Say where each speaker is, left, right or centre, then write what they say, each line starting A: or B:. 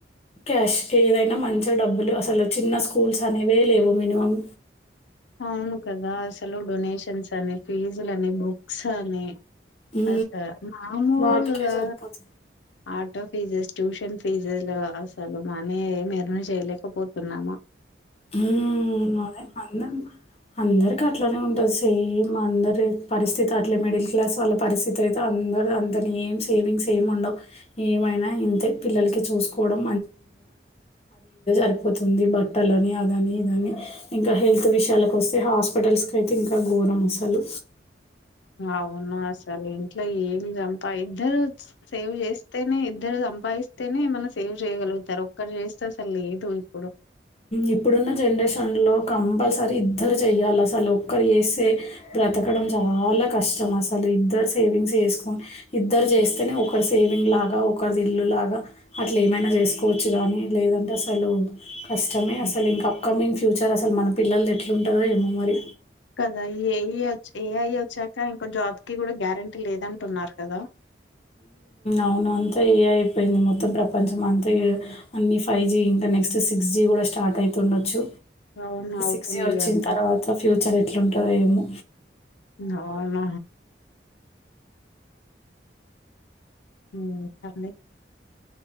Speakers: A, on the left (about 35°); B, on the left (about 80°).
A: క్యాష్ ఏదైనా మంచి డబ్బులు అసలు చిన్న స్కూల్స్ అనేవి లేవో మినిమమ్
B: అవును కదా అసలు డొనేషన్స్ అని ఫీజులు అని బుక్స్ అని
A: ఉ
B: అసలు మామూలుగా
A: వాటికే సరిపోతుంది
B: ఆటో ఫీజెస్ ట్యూషన్ ఫీజె అసలు మనీ ఏం ఎర్న్ చేయలేకపోతున్నామా
A: హ మే అంద అందరికి అట్లానే ఉంటారు సేమ్ అ పరిస్థితి అట్లీ మిడిల్క్లాస్ పరిస్థితి అయితే అందరూ అంతే ఏం సేవింగ్స్ ఏం ఉండవ్ ఏం అయినా ఏంటే పిల్లకి చూసుకోవడం సరిపోతుంది బట్టల అని అదని ఇదని ఇంకా హెల్త్ విషయాలకు వస్తే హాస్పిటల్స్కి అయితే ఇంకా గోరంమసలు
B: అవును అసలు ఇంట్లో ఏం చంపా ఇద్దరు సేవ్ చేస్తేనే ఇద్దరు సంపాదిస్తేనే మనం సేవ్ చేయగలుగుతారు ఒక్కరు చేస్తే అసలు లేదు ఇప్పుడు
A: ఇప్పుడున్న జనరేషన్లో కంపల్సరీ ఇద్దరు చెయాలి అసలు ఒక్కరు చేేస్తే బ్రతకడం చాలా కష్టం అసలు ఇద్దరు సేవింగ్స్ చేసుకో ఇద్దరు చేస్తేనే ఒకరి సేవింగ్ లాగా ఒకరిది ఇల్లు లాగా అట్లా ఏమైనా చేసుకోవచ్చు కానీ లేదంటే అసలు కష్టమే
B: హ్మ్.
A: అసలు ఇంకా అప్కమింగ్ ఫ్యూచర్ అసలు మన పిల్లలది ఎట్లుంటుందో ఏమో మరి
B: కదా ఏ ఏఐ వచ్చాక ఇంకో జాబ్కి కూడా గ్యారెంటీ లేదంటున్నారు కదా
A: అవును అంతా ఏ అయిపోయింది మొత్తం ప్రపంచం అంతా అన్ని ఫైవ్ జి ఇంకా నెక్స్ట్ సిక్స్ జి కూడా స్టార్ట్ అయితుండొచ్చు
B: అవును అవుతుంది
A: సిక్స్ జి వచ్చిన
B: అంట.
A: తర్వాత ఫ్యూచర్ ఎట్లాంటందో ఏమో
B: అవున ఉమ్ అన్ని